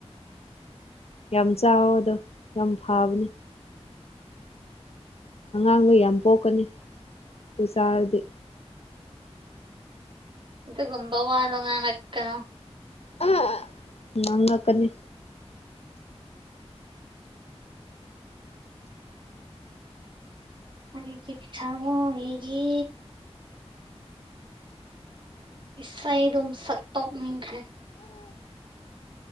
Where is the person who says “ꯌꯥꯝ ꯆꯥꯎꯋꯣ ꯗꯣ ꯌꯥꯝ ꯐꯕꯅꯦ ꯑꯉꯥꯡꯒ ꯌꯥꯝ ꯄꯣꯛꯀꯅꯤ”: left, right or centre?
Left